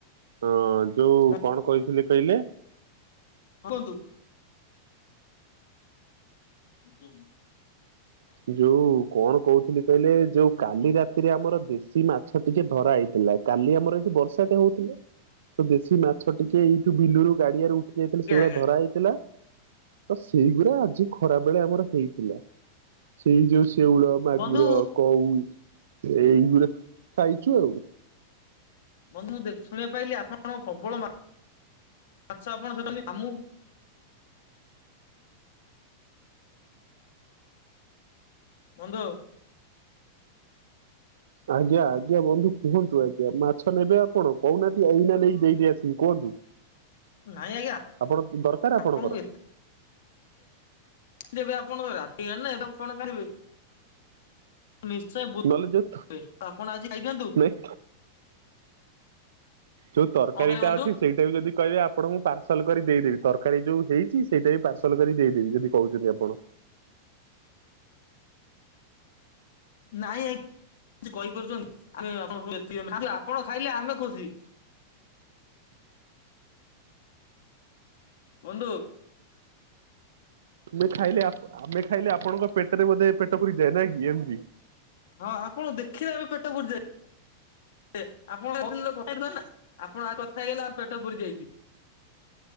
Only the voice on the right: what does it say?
ଅ ଯୋଉ
କଣ କହିଥିଲି କହିଲେ?
ଯୋଉ କଣ କହୁଥିଲି କହିଲେ ଯୋଉ କାଲି ରାତିରେ ଆମର ଦେଶୀ ମାଛ ଟିକେ ଧରା ହେଇଥିଲା। କାଲି ଆମର ଏଇଠି ବର୍ଷାଟେ ହଉଥିଲେ। ତ ଦେଶୀ ମାଛ ଟିକେ ଏଇଠୁ ବିଲୁରୁ ଗାଡିଆରେ ଉଠି ଯାଇ
ସେଗୁଡା
ଧରା ହେଇଥିଲା। ତ ସେଇଗୁଡା ଆଜି ଖରା ବେଳେ ଆମର ହେଇଥିଲା। ସେଇ ଯୋଉ ଶେଉଳ ମାଗୁର
କଉ ଏଇଗଡା ଖାଇଛୁ ଆଉ।
ଆଜ୍ଞା ଆଜ୍ଞା ବନ୍ଧୁ କୁହନ୍ତୁ ଆଜ୍ଞା ମାଛ ନେବେ ଆପଣ କହୁନାହାନ୍ତି ଏଇନା ନେଇକି ଦେଇଦେଇ ଆସିବି କୁହନ୍ତୁ।
ଆପଣ ଦରକାର
ଆପଣଙ୍କର।
ନହେଲେ ଯୋଉ
ନାଇଁ ଯୋଉ ତରକାରୀ
ଟା
ଅଛି। ସେଇଟା ବି ଯଦି କହିବେ ଆପଣଙ୍କୁ ପାର୍ସଲ କରି ଦେଇଦେବି। ତରକାରୀ ଯୋଉ ହେଇଛି ସେଇଟା ବି ପାର୍ସଲ କରି ଦେଇଦେବି। ଯଦି କହୁଛନ୍ତି ଆପଣ।
ଆମେ ଖାଇଲେ ଆମେ ଖାଇଲେ ଆପଣଙ୍କ ପେଟରେ ବୋଧେ ପେଟ ପୁରିଯାଏ ନାଁ କି ଏମିତି।